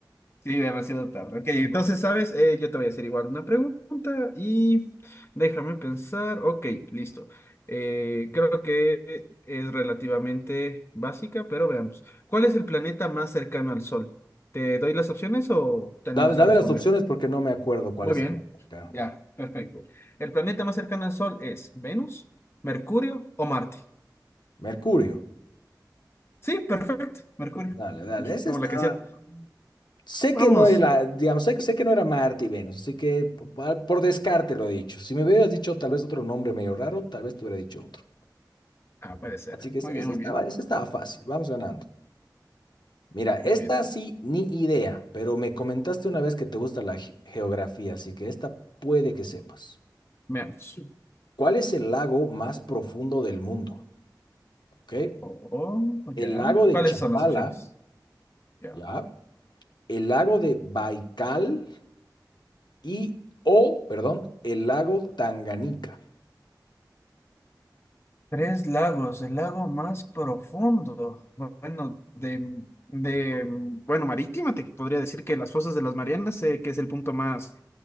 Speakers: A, on the left (about 35°); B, on the left (about 80°).
A: Sí, demasiado tarde. Ok, entonces, ¿sabes? Eh, yo te voy a hacer igual una pregunta y déjame pensar. Ok, listo. Eh, creo que es relativamente básica, pero veamos. ¿Cuál es el planeta más cercano al Sol? ¿Te doy las opciones o te
B: Dame,
A: animas
B: dame
A: a responder?
B: las opciones porque no me acuerdo cuál
A: Muy
B: es
A: bien,
B: el más cercano.
A: ya, perfecto. ¿El planeta más cercano al Sol es Venus, Mercurio o Marte?
B: Mercurio.
A: Sí, perfecto, Mercurio,
B: Dale, dale, ese
A: como
B: estaba.
A: la canción.
B: Sé
A: Vamos.
B: que no es la, digamos, sé que, sé que no era Marte y Venus, así que po- por, descarte lo he dicho. Si me hubieras dicho tal vez otro nombre medio raro, tal vez te hubiera dicho otro.
A: Ah, puede ser.
B: Así que ese
A: Muy bien,
B: ese
A: muy
B: estaba,
A: bien,
B: ese estaba fácil, vamos ganando. Mira, esta
A: muy bien.
B: sí, ni idea, pero me comentaste una vez que te gusta la ge- geografía, así que esta puede que sepas.
A: Veamos.
B: ¿Cuál es el lago más profundo del mundo? ¿Ok?
A: Oh,
B: El
A: ya.
B: lago de
A: ¿Cuáles
B: Chapala,
A: son las opciones? Ya.
B: ¿ya? El lago de Baikal y, o, perdón, el lago Tanganica.
A: Tres lagos, el lago más profundo. Bueno, de, de, bueno, marítima, te podría decir que las fosas de las Marianas, sé que es el punto más